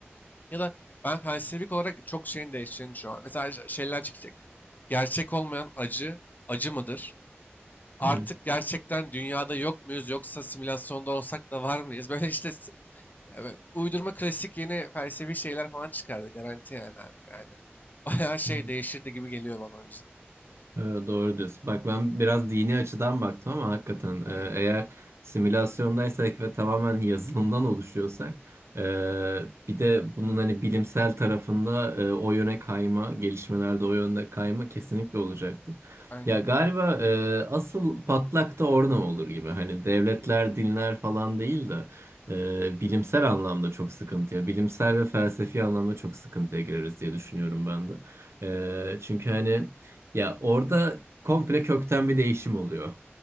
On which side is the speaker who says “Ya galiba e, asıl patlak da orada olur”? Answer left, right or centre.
Right